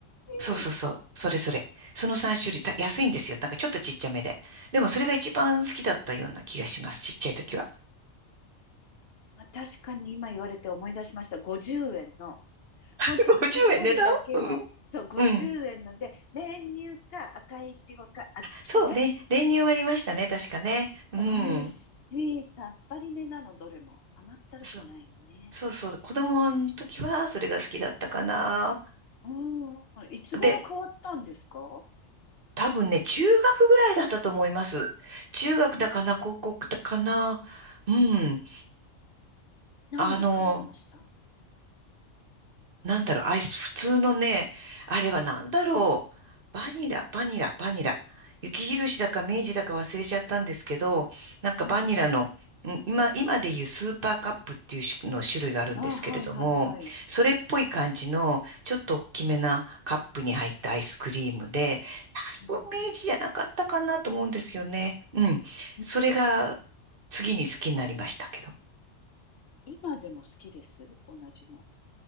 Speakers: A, on the left (about 60°); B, on the right (about 50°).
A: い。
B: そうそうそう。それそれ。その3種類、た安いんですよ。なんかちょっとちっちゃめで。でもそれが一番好きだったような気がします。ちっちゃい時は。
A: あ確かに今言われて思い出しました。50円の、
B: <laughs>
A: ほんとかき氷だけの、
B: 50円値段うん。
A: そう、50円ので、
B: うん。
A: 練乳か赤いいちごか小豆ね。
B: そう、れ、練乳もありましたね。確かね。うん。
A: 美味しい。さっぱりめなの、どれも。甘ったるくないのね。
B: そう、そうそう。子供の時はそれが好きだったかな。
A: うん。いつ頃変わったんですか
B: で、多分ね、中学ぐらいだったと思います。中学だかな、
A: うん
B: 高校だかな。うん。
A: 何に変わりました
B: あの、なんだろう、アイス、普通のね、あれはなんだろう、バニラ、バニラ、バニラ。雪印だか明治だか忘れちゃったんですけど、なんかバニラの、
A: うんうんうん。
B: うん今、今でいうスーパーカップっていう種の種類があるんですけれども、
A: あ、はいはいはい。
B: それっぽい感じの、ちょっと大きめなカップに入ったアイスクリームで、
A: うんうん。
B: 多分明治じゃなかったかなと思うんですよね。うん。
A: うん
B: それが次に好きになりましたけど。
A: 今でも好きです。同じの。